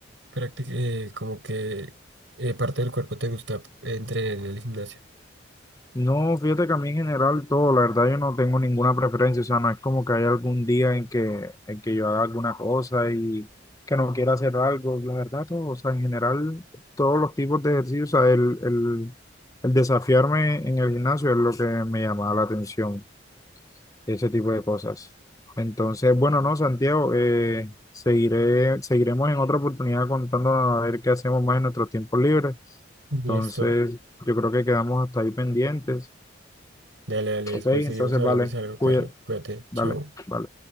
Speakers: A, on the right; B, on the left.
A: practicar? como que eh, parte del cuerpo te gusta entrenar en el gimnasio.
B: No, fíjate que a mí en general todo, la verdad yo no tengo ninguna preferencia, o sea, no es como que haya algún día en que, en que yo haga alguna cosa y que no quiera hacer algo, la verdad todo, o sea, en general todos los tipos de ejercicios, o sea, el, el, el desafiarme en el gimnasio es lo que me llamaba la atención. ese tipo de cosas. Entonces, bueno, no, Santiago, eh, seguiré, seguiremos en otra oportunidad contándonos a ver qué hacemos más en nuestros tiempos libres.
A: Listo.
B: Entonces, yo creo que quedamos hasta ahí pendientes.
A: Dale, dale, después
B: Ok, entonces,
A: seguimos hablando
B: vale,
A: de algo,
B: cuida,
A: Carlos. Cuídate,
B: dale,
A: chao.
B: vale.